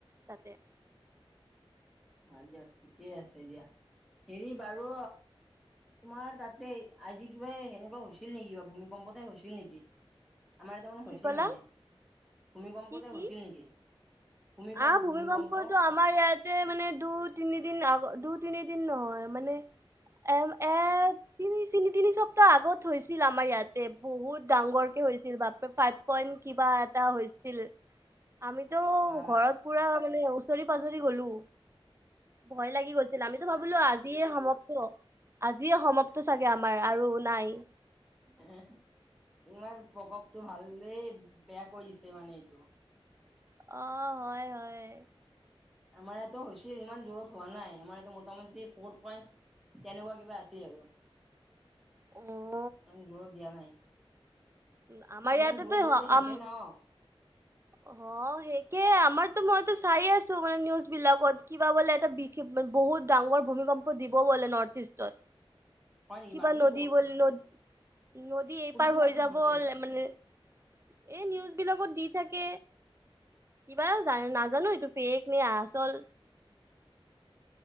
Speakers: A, on the right (about 30°); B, in the centre.
A: তাতে।
B: অ', দিয়া ঠিকে আছে দিয়া। হেৰি বাৰু তোমাৰ তাতে আজি কিবা সেনেকুৱা হৈছিল নেকি, বা ভূমিকম্প টাইপ হৈছিল নেকি? আমাৰ ইয়াত মানে হৈছিল
A: কি ক'লা?
B: মানে। ভূমিকম্পতে
A: কি কি?
B: হৈছিল নেকি, ভূমিকম্প,
A: আহ ভূমিকম্পটো
B: ভূমিকম্প?
A: আমাৰ ইয়াতে মানে দু তিনিদিন আগত দু তিনিদিন নহয়, মানে এম এ তিনি- তিনি সপ্তাহ আগত হৈছিল আমাৰ ইয়াতে, বহুত ডাঙৰকে হৈছিল বাপ ফাইভ পইণ্ট কিবা এটা হৈছিল, আমিতো
B: বা
A: ঘৰত পুৰা মানে ওচৰে পাজৰে গ'লো। ভয় লাগি গৈছিল আমিতো ভাবিলোঁ আজিয়ে সমাপ্ত, আজিয়ে সমাপ্ত চা গে আমাৰ আৰু নাই।
B: <unintelligible> ইমান প্ৰকপটো ভালে দেই, বেয়া কৰি দিছে মানে এইটো।
A: অ', হয়, হয়।
B: আমাৰ ইয়াতো হৈছিল, ইমান জোৰত হোৱা নাই। আমাৰ ইয়াতে মোটামুটি ফ'ৰ পইন্ট তেনেকুৱা কিবা আছেই আৰু।
A: অ'।
B: ইমান জোৰত দিয়া নাই,
A: উম, আমাৰ ইয়াতেতো
B: ইমান জোৰত দিলেতো
A: হ-
B: শেষে
A: আম
B: ন।
A: অ', শেষেই আমাৰতো মইতো চাই আছো মানে নিউজ বিলাকত কিবা বোলে এটা <unintelligible> বহুত ডাঙৰ ভূমিকম্প দিব বোলে নৰ্থ ইষ্টত।
B: হয় নেকি
A: কিবা
B: বাতৰি
A: নদী <unintelligible> নদী এই
B: কোনটো
A: পাৰ
B: বাতৰি
A: হৈ যাব
B: দিছে
A: <unintelligible> মানে এই নিউজ বিলাকত দি থাকে, কিবা <unintelligible> নাজানো এইটো ফেক নে আচল।